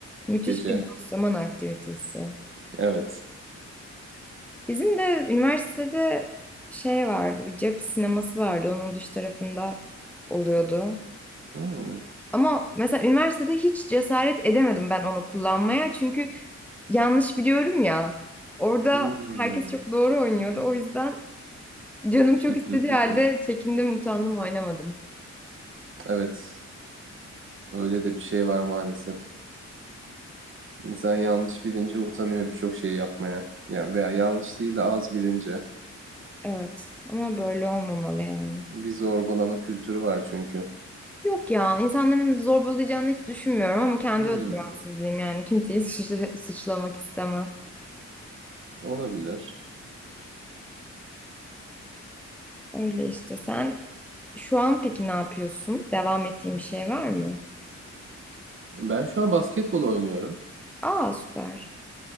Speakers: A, in the centre; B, on the right (about 45°).
A: Müthiş
B: gece.
A: bir boş zaman aktivitesi.
B: Evet.
A: Bizim de üniversitede şey vardı, bir cep sineması vardı. Onun dış tarafında oluyordu.
B: Hmm.
A: Ama mesela üniversitede hiç cesaret edemedim ben onu kullanmaya. Çünkü yanlış biliyorum ya. Orada
B: Hmm.
A: herkes çok doğru oynuyordu. O yüzden canım
B: <laughs>
A: çok istediği halde çekindim, utandım, oynamadım.
B: Evet. Öyle de bir şey var maalesef. İnsan yanlış bilince utanıyor birçok şeyi yapmaya. Ya veya yanlış değil de az bilince.
A: Evet ama böyle olmamalı yani.
B: Bir zorbalama kültürü var çünkü.
A: Yok ya insanların zorbalayacağını hiç düşünmüyorum ama kendi
B: Hmm.
A: özgüvensizliğim yani kimseyi suç- suçlamak istemem.
B: Olabilir.
A: Öyle işte sen Şu an peki ne yapıyorsun? Devam ettiğin bir şey var mı?
B: Ben şu an basketbol oynuyorum.
A: Aa süper.